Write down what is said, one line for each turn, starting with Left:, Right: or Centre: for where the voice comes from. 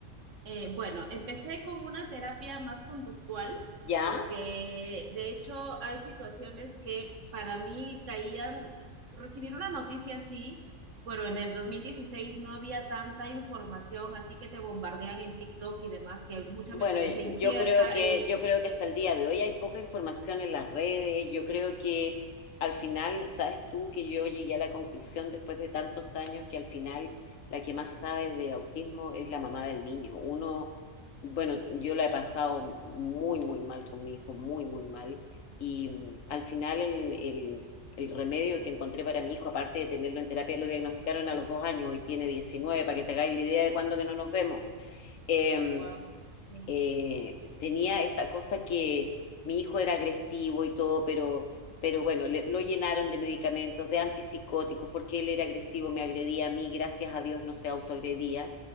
Right: Eh, bueno, empecé con una terapia más conductual
Left: ¿Ya?
Right: porque de hecho hay situaciones que para mí caían, recibir una noticia así, bueno, en el 2016 no había tanta información, así que te bombardean en TikTok y demás, que mucha
Left: Bueno,
Right: me parece incierta.
Left: yo creo que,
Right: e-
Left: yo creo que
Right: y,
Left: hasta el día de hoy hay poca información en las redes. Yo creo que al final, sabes tú que yo llegué a la conclusión después de tantos años que al final la que más sabe de autismo es la mamá del niño. Uno, bueno, yo la he pasado muy, muy mal con mi hijo, muy, muy mal. Y mm, al final el, el, el remedio que encontré para mi hijo, aparte de tenerlo en terapia, lo diagnosticaron a los dos años, hoy tiene 19 para que te hagáis la idea de cuándo que no nos vemos. Em,
Right: wow, sí,
Left: eh, tenía esta cosa que mi hijo era agresivo y todo, pero, pero bueno, le- lo llenaron de medicamentos, de antipsicóticos, porque él era agresivo, me agredía a mí, gracias a Dios no se autoagredía.